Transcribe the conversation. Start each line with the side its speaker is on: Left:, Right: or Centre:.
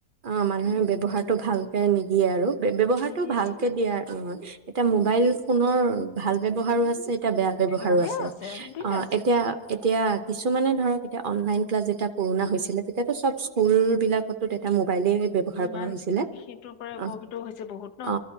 Right: অ মানুহে ব্যৱহাৰটো ভালকে নিদিয়ে আৰু ব্যৱহাৰটো
Left: নিদিয়ে
Right: ভালকে
Left: নিদিয়ে
Right: দিয়া এতিয়া মোবাইল ফোনৰ ভাল ব্যৱহাৰো আছে এয়া বেয়া ব্যৱহাৰো
Left: অ বেয়াও
Right: আছে
Left: দুইটা
Right: অ
Left: আছে
Right: এতিয়া এতিয়া কিছুমানে ধৰক এতিয়া অনলাইন ক্লাছ যেতিয়া কৰোণা হৈছিলে তেতিয়াাতো চব স্কুল বিলাকতো ত কাইলেই ব্যৱহাৰ
Left: কিমান
Right: কৰা হৈছিলে
Left: সেইটোৰ পৰাই উপকৃত
Right: অ
Left: হৈছে বহুত ন
Right: আ